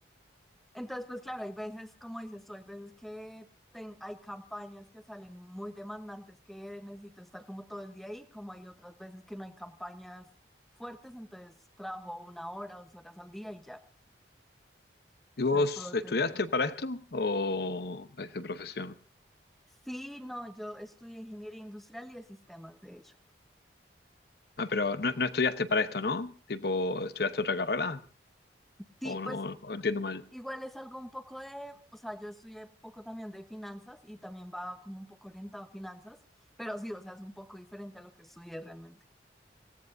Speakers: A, in the centre; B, on the left.
A: Entonces, pues claro, hay veces, como dices tú, hay veces que ten- hay campañas que salen muy demandantes que necesito estar como todo el día ahí, como hay otras veces que no hay campañas fuertes, entonces trabajo una hora, dos horas al día y ya.
B: ¿Y vos
A: Entonces todo
B: estudiaste
A: depende.
B: para esto o es de profesión?
A: Sí, no, yo estudié ingeniería industrial y de sistemas, de hecho.
B: Ah, pero no, no estudiaste para esto, ¿no? Tipo, ¿estudiaste otra carrera?
A: Sí,
B: ¿O, no,
A: pues
B: o entiendo mal?
A: Igual es algo un poco de, o sea, yo estudié poco también de finanzas y también va como un poco orientado a finanzas, pero sí, o sea, es un poco diferente a lo que estudié realmente.